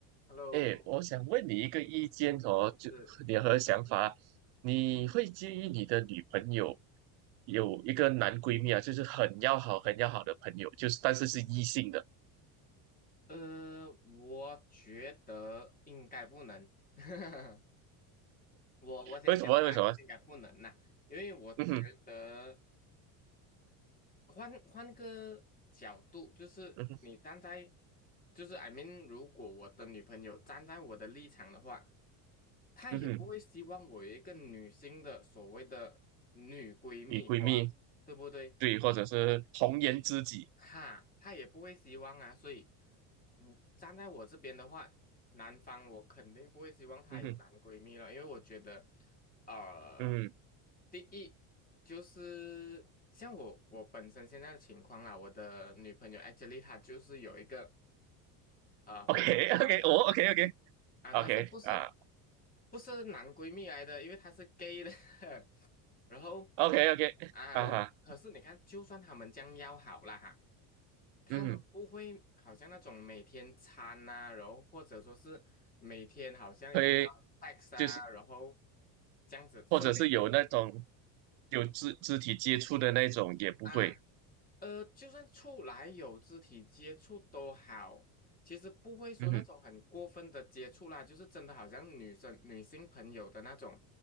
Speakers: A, on the left; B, on the right.
A: Hello，
B: 哎，我想问你一个意见哦，就你和想法，
A: 是，
B: 你会介意你的女朋友有一个男闺蜜啊，就是很要好、很要好的朋友，就是但是是异性的，
A: 呃，我觉得应该不能。<laughs> 我我先讲答案，
B: 为什么？为什么？
A: 应该不能呐、因为我觉得
B: 嗯哼，
A: 换换个角度，就是你站在，
B: 嗯哼，
A: 就是 I mean，如果我的女朋友站在我的立场的话，她也不会希望我有一个女性的所谓的女闺蜜哇，
B: 嗯哼，女闺蜜，
A: 对不对？
B: 对，或者是红颜知己，
A: 哈，他也不会希望啊，所以我站在我这边的话，男方我肯定不会希望她有男闺蜜了，
B: 嗯哼，
A: 因为我觉得，呃，
B: 嗯哼
A: 第一就是像我我本身现在的情况啊，我的女朋友 actually 她就是有一个非常好的
B: ，OK，OK，哦，OK，OK，OK
A: 啊，
B: 啊，OK，
A: 可是不是
B: 啊
A: 不是男闺蜜来的，因为她是 gay 的，<laughs> 然后
B: ，OK，OK
A: 啊，
B: 啊哈，
A: 然后可是你看，就算他们将要好了哈。他们不会好像那种每天餐呐、
B: 嗯哼，
A: 然后或者说是每天好像一定要
B: 会
A: tax
B: 就是
A: 啊，然后这样子是没有的
B: 或者是有那种有肢肢体接触的那种也不会，
A: 啊。呃，就算出来有肢体接触都好，其实不会说那种很过分的接触啦，
B: 嗯哼。
A: 就是真的好像女生女性朋友的那种